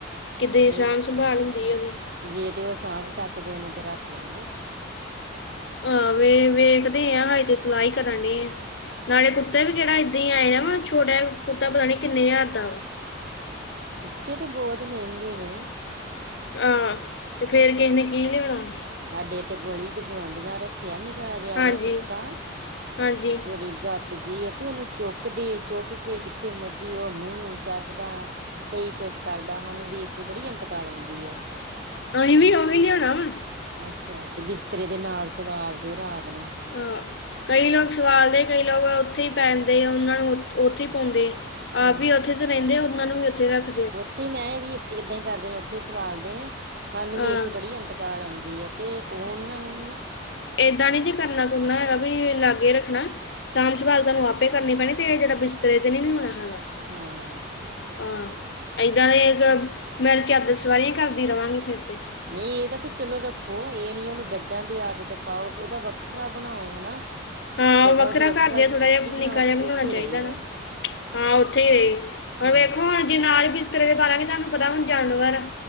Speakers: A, on the left (about 55°); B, on the right (about 50°).
A: ਕਿੱਦੇ
B: ਨਹੀਂ
A: ਸਾਂਭ-ਸੰਭਾਲ ਹੁੰਦੀ ਆ, ਉਹਦੀ।
B: ਜੇ ਤੇ ਉਹ ਸਾਂਭ ਸਕਦੇ ਨੇ, ਤੇ ਰੱਖ ਲੈਣ ਦੋ।
A: ਆਹ, ਵੇ, ਵੇਖਦੇ ਆ ਹਜੇ ਤੇ ਸਲਾਹ‌ ਈ ਕਰਨਡੇ ਆ, ਨਾਲੇ ਕੁੱਤੇ ਵੀ ਕਿਹੜਾ ਏਦਾਂ ਹੀ ਆਏ ਨਾ ਵਾ, ਛੋਟਾ ਕੁੱਤਾ ਪਤਾ ਨੀ ਕਿੰਨੇ ਹਜ਼ਾਰ ਦਾ ਵਾ।
B: ਕੁੁੱਤੇ ਤੇ, ਬਹੁਤ ਮਹਿੰਗੇ ਨੇ।
A: ਆਹ! ਤੇ ਫੇਰ ਕਿਹੇ ਨੇ ਕੀ ਲਿਆਉਣਾ।
B: ਸਾਡੇ ਇੱਥੇ ਗਲੀ'ਚ ਗੁਆਂਢੀਆਂ ਰੱਖ ਰੱਖਿਆ ਨੀ ਜਾ ਰਿਹਾ
A: ਹਾਂਜੀ
B: ਵਾ ਕੁੱਤਾ।
A: ਹਾਂਜੀ
B: ਬੜੀ ਜੱਤ ਜੀ ਆ, ਤੇ ਉਹਨੂੰ ਚੁੱਕ ਚੁੱਕਦੇ-ਚੁੱਕਕੇ ਜਿੱਥੇ ਮਰਜ਼ੀ ਉਹਦਾ ਮੂੰਹ ਚੱਟਦਾ, ਕਈ ਕੁਛ ਕਰਦਾ, ਹਾੰਨੁ ਵੇਖਕੇ ਬੜੀ ਅੰਤਕਾਲ ਆਉਂਦੀ ਆ।
A: ਅਹੀ ਵੀ, ਉਵੇਂ ਲਿਆਣਾ ਵਾ।
B: ਅੱਛਾ, ਤੇ ਬਿਸਤਰੇ ਦੇ ਨਾਲ ਸਵਾਲਦੇ ਰਾਤ ਨੂੰ।
A: ਹਾਂ ਕਈ ਲੋਕ ਸਵਾਲਦੇ, ਕਈ ਲੋਕ ਉੱਥੇ ਹੀ ਪੈਂਦੇ, ਉਹਨਾਂ ਨੂੰ ਉੱਥੇ ਈ ਪਾਉਂਦੇ ਆ।
B: ਹੂੰ
A: ਆਪ ਵੀ ਉੱਥੇ ਤੇ ਰਹਿੰਦੇ, ਉਹਨਾਂ ਨੂੰ ਵੀ ਉੱਥੇ ਰੱਖ
B: ਉੱਥੇ ਈ ''ਮੈਂ ਵੀ ਏਦਾਂ ਹੀ ਕਰਦੇ ਨੇ ਉੱਥੇ ਸਵਾਲਦੇ ਨੇ, ਹਾਂਨੂੰ
A: ਹਾਂ
B: ਵੇਖਕੇ ਬੜੀ ਅੰਤ ਕਾਲ ਆਉਂਦੀ ਆ, ਤੇ ਉਹ ਉਹਨਾਂ ਨੂੰ ਨੀ
A: ਇਹਦਾਂ ਨੀ ਜੇ ਕਰਨਾ-ਕੁਰਨਾ ਹੈਗਾ ਵੀ ਲਾਗੇ ਰੱਖਣਾ, ਸਾਂਭ-ਸੰਭਾਲ ਤੁਹਾਨੂੰ ਆ ਪੇ ਕਰਨੀ ਪੈਣੀ, ਤੇ ਇਹ ਜਿਆਦਾ ਬਿਸਤਰੇ ਤੇ ਨੀ ਲਿਆਉਣਾ ਹੈਗਾ।
B: ਹਾਂ।
A: ਹਾਂ, ਏਦਾਂ ਦੇ ''ਮੈਂ ਤ ਚਾਦਰ ਸਫਾਰੀਆਂ ਕਰਦੀ ਰ੍ਹਵਾਂਗੀ ਫੇਰ ਤੇ।
B: ਨਹੀਂ, ਇਹ ਤਾਂ ਵੀ ਚਲੋ ਰੱਖ- ਖੋ, ਇਹ ਨੀ ਉਹਨੂੰ ਬੈਡਾਂ ਦੀ ਆਦਤ ਪਾਓ, ਉਹਦਾ ਵੱਖਰਾ ਬਣਾਓ ਹਨਾ।
A: ਹਾਂ
B: ਜਗ੍ਹਾ
A: ਉਹ ਵੱਖਰਾ
B: ਉਹਦੀ ਵੱਖਰ,
A: ਘਰ ਜਿਹਾ ਥੋੜਾ
B: ਵੱਖਰੀ
A: ਜਿਹਾ
B: ਬਣਾਓ
A: ਨਿੱਕਾ ਜਿਹਾ
B: ਤੇ
A: ਬਣਾਉਣਾ
B: ਉਥੇ
A: ਚਾਹੀਦਾ
B: ਰਹੇ ਉਹ।
A: ਨਾ ਹਾਂ, ਉਥੇ ਹੀ ਰਹੇ,
B: ਹਮ
A: ਹਣ ਵੇਖੋ ਹਾਂ ਹੁਣ ਜੇ ਨਾਲ ਬਿ ਸਤਰੇ ਤੇ ਪਾਲਾਂਗੇ ਤੁਹਾਨੂੰ ਪਤਾ ਹੁਣ ਜਾਨਵਰ ਆ,